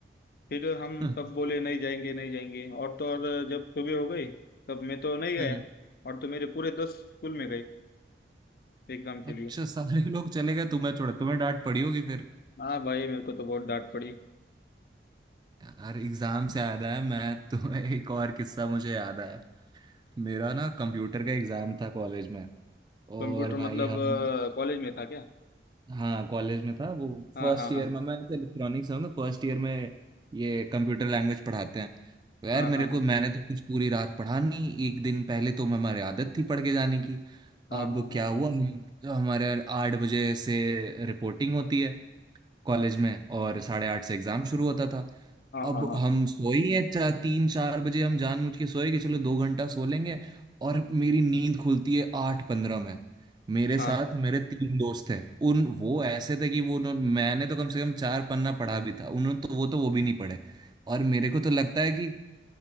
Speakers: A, on the left (about 55°); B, on the right (about 25°).
A: फिर हम
B: हम्म
A: सब बोले नहीं जाएंगे नहीं जाएंगे और तो और जब सुबह हो गई तब मैं तो नहीं गया
B: हम्म।
A: और तो मेरे पूरे दोस्त स्कूल में गए एग्जाम के
B: अच्छा
A: लिए
B: सारे <laughs> लोग चले गए तुम्हें छोड़ा तुम्हें डांट पड़ी होगी फिर
A: हाँ भाई मेरे को तो बहुत डांट पड़ी
B: यार एग्जाम से याद आया मैं <laughs> तुम्हें एक और किस्सा मुझे याद आया मेरा ना कंप्यूटर का एग्जाम था कॉलेज में और
A: कंप्यूटर
B: भाई
A: मतलब
B: हम
A: कॉलेज में था क्या
B: हाँ कॉलेज में था वो
A: हाँ
B: फर्स्ट
A: हाँ हाँ
B: ईयर में मैं इलेक्ट्रॉनिक्स हूँ ना फर्स्ट ईयर में ये कंप्यूटर लैंग्वेज पढ़ाते हैं तो यार
A: हाँ
B: मेरे
A: हाँ हाँ
B: को मैंने तो कुछ पूरी रात पढ़ा नहीं एक दिन पहले तो हमारी आदत थी पढ़ के जाने की
A: हाँ
B: अब
A: हाँ हाँ
B: क्या हुआ हम हमारे आठ बजे से रिपोर्टिंग होती है कॉलेज में और साढ़े आठ से एग्जाम शुरू होता था
A: हाँ
B: अब
A: हाँ हाँ
B: हम सोई हैं चार तीन चार बजे हम जानबूझ के सोए कि चलो दो घंटा सो लेंगे और मेरी नींद खुलती है आठ पंद्रह में मेरे
A: हाँ
B: साथ मेरे तीन दोस्त थे उन वो ऐसे थे कि वो उन्हों- मैंने तो कम से कम चार पन्ना पढ़ा भी था उन्होंने तो वो तो वो भी नहीं पढ़े और मेरे को तो लगता है कि